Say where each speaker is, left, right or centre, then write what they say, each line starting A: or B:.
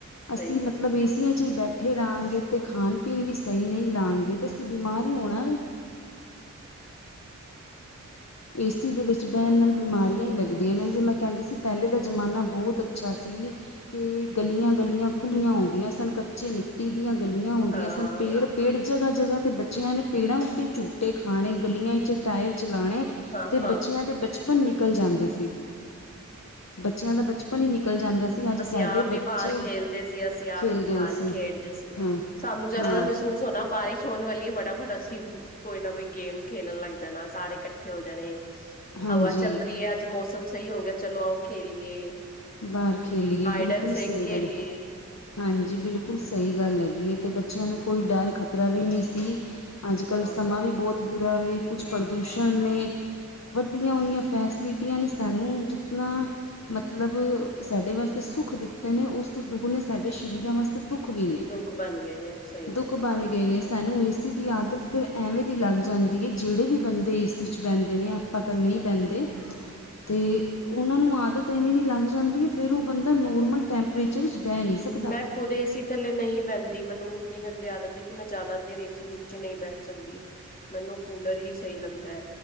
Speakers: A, on the left (about 60°); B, on the left (about 30°).
A: ਅਸੀ
B: ਸਹੀ ਗੱਲ
A: ਮਤਲਬ
B: ਏ,
A: ਏਸੀਆਂ 'ਚ ਹੀ ਬੈ ਠੇ ਰਾਂਗੇ ਤੇ ਖਾਨ ਪੀਨ ਵੀ ਸਈ ਨੀ ਲਾਂਗੇ ਤੇ ਅਸੀ ਬਿਮਾਰ ਹੀ ਹੋਣਾ ਵੇ। ਤੇ ਏ ਸੀ ਦੇ ਵਿੱਚ
B: ਸਹੀ
A: ਬੈਹਨ ਨਾਲ ਬਿਮਾਰੀਆਂ ਈ ਲੱਗਦੀਆਂ ਨ। ਓਈੳ ਮੈਂ ਕੈਂਦੀ ਸੀ ਪੈਲੇ ਦਾ ਜਮਾਨਾ ਬੋਤ ਅੱਛਾ ਸੀ। ਕਿ ਗਲੀਆਂ-ਗਲੀਆਂ ਖੁੱਲੀਆਂ ਹੁੰਂਦੀਆਂ ਸਨ। ਕੱਚੇ ਮਿੱ ਟੀ ਦੀਆਂ ਗਲੀਆਂ ਹੁੰਦੀਆਂ
B: ਹਾਂ।
A: ਸਨ। ਪੇੜ, ਪੇੜ ਜਗਾ-ਜਗਾ ਤੇ ਬੱਚਿਆਂ ਨੇ ਪੇੜਾਂ ਉੱਤੇ ਝੂੰ ਟੇ ਖਾਣੇ, ਗਲੀਆਂ ਇੱਚ ਟਾਇਰ ਚਲਾਣੇ
B: ਹਾਂ-ਹਾਂ,
A: ਤੇ ਬੱਚਿਆਂ ਦੇ ਬਚ ਪਨ ਨਿਕਲ ਜਾਂਦੇ ਸੀ। ਬੱਚਿਆਂ ਦਾ ਬਚਪਨ ਈ ਨਿਕਲ ਜਾਂਦਾ ਸੀ ਅੱਜ
B: ਅਸੀ
A: ਸਾਡੇ
B: ਆਪ ਈ
A: ਬੱਚੇ
B: ਬਾਹਰ ਖੇਲਦੇ ਸੀ। ਅਸੀ
A: ਖੇਲਦੇ
B: ਆਪ ਈ ਬਾਹਰ
A: ਹੋ ਸੀ
B: ਹੀ ਖੇਡਦੇ ਸੀ।
A: ਹਾਂ
B: ਸਾਨੂੰ ਜਰਾ
A: ਹਾਂ
B: ਜਾ ਮਹਿਸੂਸ ਹੋਨਾ ਬਾਰਿਸ਼ ਹੋਮ ਵਾਲੀ ਏ, ਫਟਾਫਟ ਅਸੀ ਕੋਈ ਨਾ ਕੋਈ ਗੇਮ ਖੇਲਮ ਲੱਗ ਜਾਨਾ। ਸਾਰੇ ਇਕੱਠੇ ਹੋ ਜਾਨੇ
A: ਹਾਂਜੀ
B: ਹਵਾ ਚਲ ਰੀ ਐ, ਅੱਜ ਮੌਸਮ ਸਈ ਹੋ ਗਿਐ, ਚਲੋ ਆਓ ਖੇਲੀਏ।
A: ਬਾਹਰ ਖੇਲੀਏ,
B: ਹਾਈਡ
A: ਬਿਲਕੁਲ
B: ਐਂਡ ਸਿਕ
A: ਸਹੀ
B: ਖੇਲੀਏ,
A: ਗੱਲ ਏ। ਹਾਂਜੀ, ਬਿਲਕੁਲ ਸਈ ਗੱਲ ਹੈਗੀ ਏ ਤੇ ਬੱਚਿਆਂ ਨੂੰ ਕੋਈ ਡਰ ਖਤਰਾ ਵੀ ਨੀ ਸੀ। ਅੱਜ-ਕੱਲ
B: ਹਾਂ
A: ਸਮਾਂ ਵੀ ਬੋਤ ਬੁਰਾ ਵੇ। ਕੁਛ ਪ੍ਰਦੂਸ਼ਨ ਨੇ ਵੱਧੀਆਂ ਹੋਈਆਂ ਫੈਸਲਿਟੀਆਂ ਨੇ ਸਾਨੂੰ ਜਿਤਨਾ ਮਤਲਬ ਸਾਡੇ ਵਾਸਤੇ ਸੁੱਖ ਦਿੱਤੇ ਨੇ ਉਸ ਤੋਂ ਦੁਗਨੇ ਸਾਡੇ ਸ਼ਰੀਰਾਂ ਵਾਸ ਤੇ ਦੁੱਖ ਵੀ ਨੇ।
B: ਦੁੱਖ ਬਣ ਗਏ ਨੇ, ਸਹੀ
A: ਦੁੱਖ
B: ਗੱਲ।
A: ਬਣ ਗਏ ਨੇ ਸਾਨੂੰ ਏ ਸੀ ਦੀ ਆਦਤ ਫਿਰ ਐਵੇਂ ਦੀ ਲੱਗ ਜਾਂਦੀ ਏ ਜੇੜੇ ਵੀ ਬੰਦੇ ਏ ਸੀ 'ਚ ਬੈਂਦੇ ਨੇ ਆ ਪਾਂ ਤੇ ਨਈ ਬੈਂਦੇ ਤੇ ਓਨਾਂ ਨੂੰ ਆਦਤ ਤੇ ਐਵੇਂ ਦੀ ਲੱਗ ਜਾਂਦੀ ਏ ਫੇਰ ਓ ਬੰਦਾ ਨੋਰਮਲ ਟੈਂਪਰੇਚਰ ਇੱਚ ਬੈ ਨੀ ਸਕਦਾ।
B: ਹੂੰ ਮੈਂ ਖੁਦ ਏ ਸੀ ਥੱਲੇ ਨਈ ਬੈਂਦੀ। ਮੈਨੂੰ ਇੰਨੀ ਗੰਦੀ ਆਦਤ ਏ ਕਿ ਮੈਂ ਜਿਆਦਾ ਦੇਰ ਏ ਸੀ ਨੀਚੇ ਨਈ ਬੈਠ ਸਕਦੀ। ਮੈਨੂੰ ਕੂਲਰ ਹੀ ਸਹੀ ਲੱਗਦੈ,